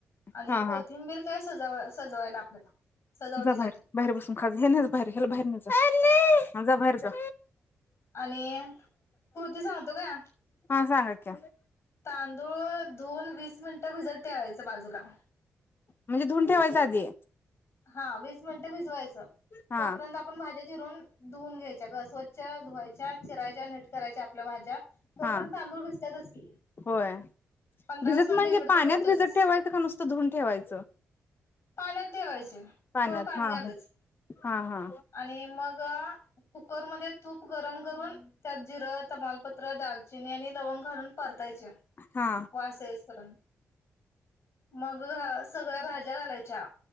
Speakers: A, on the left; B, on the left.
A: हा
B: आणि कोथिंबीर
A: हा
B: काय सज सजवायला आपल्याला सजावटीसाठी
A: जा बाहेर बसून खाजा ह्याला नाही बाहेर बाहेर ने जा ह्याला जा बाहेर जा
B: आणि कृती सांगतो का
A: हा सांगा की
B: तांदूळ धुवून वीस मिनिटं भिजत ठेवायचं बाजूला
A: म्हणजे धुवून ठेवायच आधी
B: हा वीस मिनटे भिजवायचं
A: हा
B: तोपर्यंत आपण भाज्या चिरून धुवून घ्यायच्या ग स्वच्छ धुवायच्या चिरायच्या नीट करायच्या आपल्या भाज्या तोपर्यंत
A: हा
B: तांदूळ भिजतातच की
A: होय
B: पंधरा
A: भिजत
B: वीस मिनिटं
A: म्हणजे
B: इकडं
A: पाण्यात
B: तिकडं होत्यातच.
A: भिजत ठेवायचं का नुसत धुवून ठेवायचं?
B: पाण्यात ठेवायचे.
A: पाण्यात
B: थोडं पाणी
A: हा
B: घालायच
A: हा हा
B: आणि मग च कुकरमध्ये तूप गरम करून त्यात जिरं तमालपत्र दालचिनी आणि लवंग घालून परतायची.
A: हा
B: व्हय असेच पर्यंत, मग सगळ्या भाज्या घालायच्या.